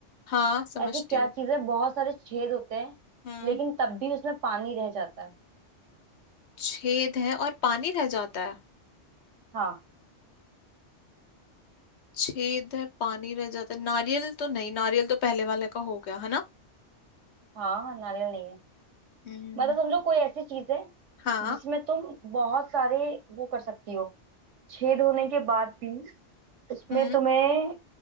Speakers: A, on the left (about 70°); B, on the right (about 90°).
A: हाँ समझती
B: ऐसी क्या
A: हूँ
B: चीज है बहुत सारे छेद होते हैं
A: हम्म
B: लेकिन तब भी उसमें पानी रह जाता है
A: छेद है और पानी रह जाता है
B: हाँ
A: छेद है पानी रह जाता है नारियल तो नहीं नारियल तो पहले वाले का हो गया है ना
B: हाँ नारियल नहीं है
A: हम्म
B: मतलब समझो कोई ऐसी चीज है
A: हाँ
B: जिसमें तुम बहुत सारे वो कर सकती हो छेद होने के बाद भी उसमें
A: हम्म
B: तुम्हें